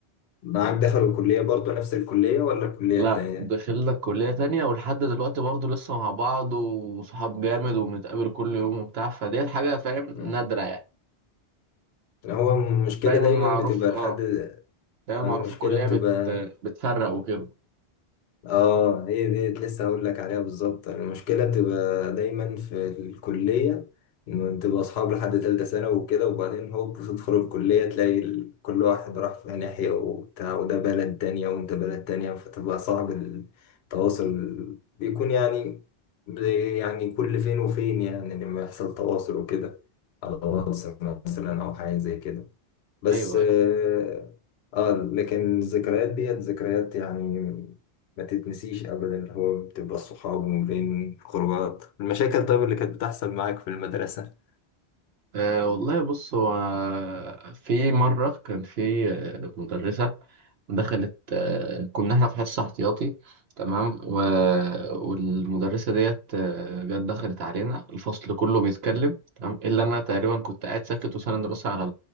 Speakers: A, on the left; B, on the right.
A: معاك دخلوا الكلية برضه نفس الكلية ولا الكلية
B: لا
A: التانية؟
B: دخلنا كلية تانية ولحد دلوقتي برضه لسه مع بعض وصحاب جامد وبنتقابل كل يوم وبتاع فدي حاجة فاهم
A: مم.
B: نادرة يعني
A: هو المشكلة
B: دايما
A: دايما
B: معروف
A: بتبقى
B: اه
A: لحد
B: دايما
A: المشكلة
B: معروف الكلية
A: بتبقى
B: بت... بتفرق وكده
A: اه هي ديت لسه هقول لك عليها بالظبط يعني المشكله بتبقى دايما في الكليه انه تبقى اصحاب لحد تالتة سنه وكده وبعدين هوب تدخل الكليه تلاقي ال- كل واحد راح في ناحيه وبتاع وده بلد تانية وانت بلد تانية فتبقى صعب التواصل بيكون يعني زي- يعني كل فين وفين يعني لما يحصل تواصل وكده على واتس مثلا او حاجه زي كده بس
B: ايوه
A: اه
B: أيوه.
A: آه، لكن الذكريات ديت ذكريات يعني ما تتنسيش ابدا هو بتبقى الصحاب وما بين خروجات المشاكل طيب اللي كانت بتحصل معاك في المدرسة
B: أه والله بص هو في مرة كان في آه، مدرسة دخلت أه كنا احنا في حصة احتياطي تمام و... والمدرسة ديت آه، جت دخلت علينا الفصل كله بيتكلم تمام إلا أنا تقريبا كنت قاعد ساكت وساند راسي على